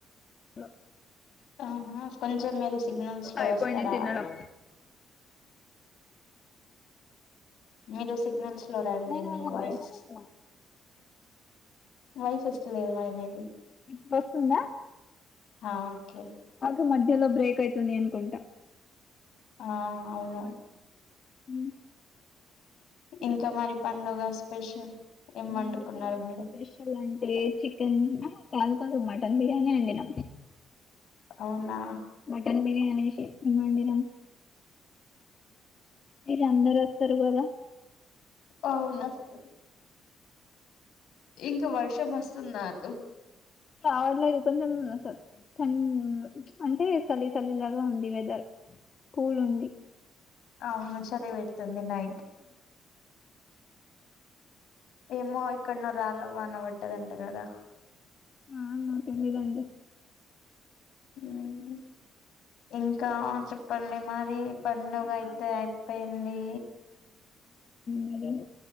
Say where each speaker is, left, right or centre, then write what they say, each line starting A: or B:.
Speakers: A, on the left (about 45°); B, on the left (about 75°).
A: లో
B: అవునా కొంచం మీరూ సిగ్నల్స్ లో
A: అయిపోయింది
B: వస్తారా
A: తినడం
B: మీరు సి గ్నల్స్ లో రండి
A: నేను
B: మీ
A: ఇక
B: వాయిస్
A: బయటనే ఉన్నా
B: వాయిస్ ఓస్తలేదు మరి మీది
A: ఇప్పుడు వస్తుందా
B: ఆ ఓకే
A: ఓకే మధ్యలో బ్రేక్ అయితుంది అన్కుంటా
B: ఆ అవును
A: హ
B: ఇంకా మరి పండుగ స్పెషల్ ఏం
A: పండుగ
B: వండుకున్నారు మీరు
A: స్పెషల్ అంటే చికెన్ కాదు కాదు మటన్ బిర్యానీ ఏం తిన
B: అవునా
A: మటన్ బిర్యానీ <unintelligible> నేను తిన మీరు అందరు వస్తూరు కదా
B: అవున ఆస్తు ఇంక వర్షం వస్తుంద అటు
A: రావట్లేదు కొంచెం <unintelligible> అంటే చలి చలి లాగా ఉంది వెదర్ స్కూల్ ఉంది
B: అవును చలిపెడతది ది నైట్ ఏమో ఏక్కడ నీ రాళ్ళ వాన పడ్డదంట కదా
A: ఆ ఏమో తెలీదండి
B: ఉ ఇంకా చెప్పండి మరి పండుగ
A: ఇంకా
B: అయితే అయిపోయింది
A: మరి